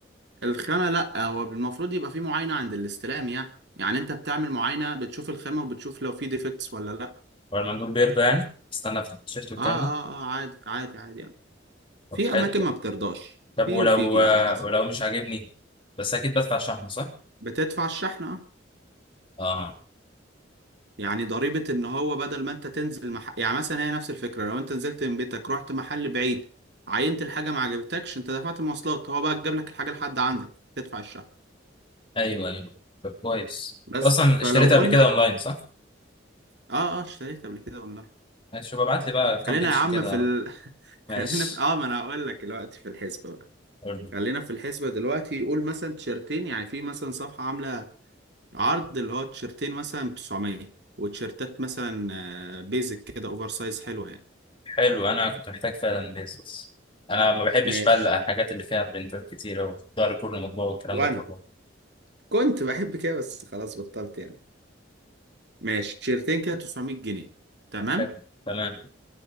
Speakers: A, on the right; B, on the left.
A: الخامة لا هو المفروض يبقى في معاينة عند الاستلام يعني يعني انت بتعمل معاينة بتشوف الخامة وبتشوف لو في ديفكتس ولا لا
B: ولا المندوب بيرضى يعني استنى افتح التيشيرت والكلام
A: اه اه
B: ده
A: اه عادي عادي عادي يعني
B: طب
A: في
B: حلو
A: اماكن
B: طب
A: ما بترضاش
B: طب
A: في
B: ولو
A: وفي
B: آه،
A: على حسب
B: ولو مش عاجبني بس اكيد بدفع شحن صح؟
A: بتدفع الشحنة اه
B: اه
A: يعني ضريبة ان هو بدل ما انت تنزل مح... يعني مثلا هي نفس الفكرة لو انت نزلت من بيتك رحت محل بعيد عينت الحاجة ما عجبتكش انت دفعت مواصلات هو بقى جاب لك الحاجة لحد عندك تدفع الشحن
B: ايوه ايوه طب كويس
A: بس
B: انت اصلا
A: فلو
B: اشتريتها
A: قلنا
B: قبل كده اونلاين صح؟
A: اه اه اشتريت قبل كده اونلاين
B: ماشي شوف ابعت لي بقى
A: خلينا
B: كام بيتش
A: يا عم
B: كده
A: في ال... <laughs>
B: ماشي
A: خلينا في اه ما انا هقول لك دلوقتي في الحسبة بقى
B: قول.
A: خلينا في الحسبة دلوقتي قول مثلا تيشرتين يعني في مثلا صفحة عاملة عرض اللي هو تيشرتين مثلا ب 900 وتيشرتات مثلا بيزك كده اوفر سايز حلوة يعني
B: حلو انا كنت محتاج فعلا بيزنس انا ما بحبش
A: ماشي
B: بقى الحاجات اللي فيها برنتات كتير او ظهر كله مطبوع والكلام
A: وانا
B: ده كله
A: كنت بحب كده بس خلاص بطلت يعني ماشي تيشيرتين كده 900 جنيه تمام
B: حلو. تمام